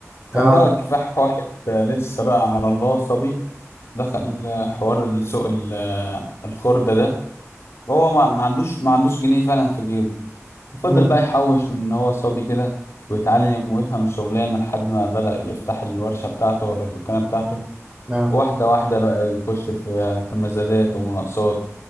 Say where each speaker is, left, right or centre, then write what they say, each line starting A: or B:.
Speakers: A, on the left (about 60°); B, on the right (about 20°).
A: كان
B: اه
A: بقى كفاح واحد آه، لسه بقى على الله صبي دخل آه، حوار السوق ال- آه، الخردة ده هو ما, ما عندوش ما عندوش جنيه فعلا في جيبه فضل
B: امم
A: بقى يحوش من ان هو صبي كده ويتعلم ويفهم الشغلانه لحد ما بدأ يفتح الورشه بتاعته ولا الدكانه بتاعته
B: اه
A: واحده واحده بقى يخش في في مزادات ومناقصات